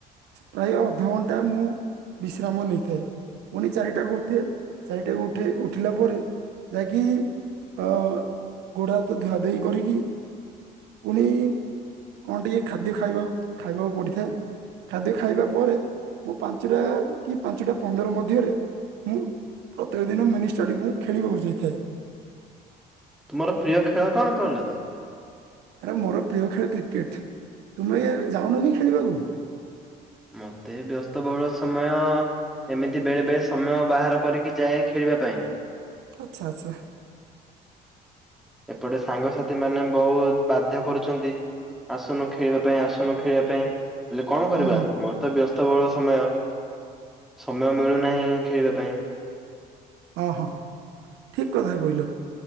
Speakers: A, on the right; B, in the centre.
A: ପ୍ରାୟ ଅଧଘଣ୍ଟା ମୁଁ ବିଶ୍ରାମ ନେଇଥାଏ। ପୁଣି ଚାରିଟାକୁ ଉଠେ ଚାରିଟାକୁ ଉଠେ ଉଠିଲା ପରେ ଯାଇକି ଅ ଗୋଡ ହାତ ଧୁଆଧେଇ କରିକି ପୁଣି କଣ ଟିକିଏ ଖାଦ୍ୟ ଖାଇବାକୁ ଖାଇବାକୁ ପଡ଼ିଥାଏ। ଖାଦ୍ୟ ଖାଇବା ପରେ ମୁଁ ପାଞ୍ଚଟା କି ପାଞ୍ଚଟା ପନ୍ଦର ମଧ୍ୟରେ ମୁଁ ପ୍ରତ୍ୟେକ ଦିନ ମିନି ଷ୍ଟାଡିଅମ ମୁଁ ଖେଳିବାକୁ ଯାଇଥାଏ।
B: ତୁମର ପ୍ରିୟ ଖେଳ କଣ ପ୍ରହଲ୍ଲାଦ?
A: ଆରେ ମୋର ପ୍ରିୟ ଖେଳ କ୍ରିକେଟ ତୁମେ ଯାଉନ କି ଖେଳିବାକୁ?
B: ମତେ ବ୍ୟସ୍ତବହୁଳ ସମୟ ଏମିତି ବେଳେ ବେଳେ ସମୟ ବାହାର କରିକି ଯାଏ ଖେଳିବା ପାଇଁ।
A: ଆଚ୍ଛା ଆଚ୍ଛା।
B: ଏପଟେ ସାଙ୍ଗସାଥି ମାନେ ବହୁତ୍ ବାଧ୍ୟ କରୁଚନ୍ତି। ଆସୁନୁ ଖେଳିବା ପାଇଁ ଆସୁନୁ ଖେଳିବା ପାଇଁ ହେଲେ କଣ କରିବା
A: ହୁଁ
B: ମୋରତ ବ୍ୟସ୍ତବଳ ସମୟ ସମୟ ମିଳୁ ନାହିଁ ଖେଳିବା ପାଇଁ
A: ଓହୋ ଠିକ୍ କଥା କହିଲ।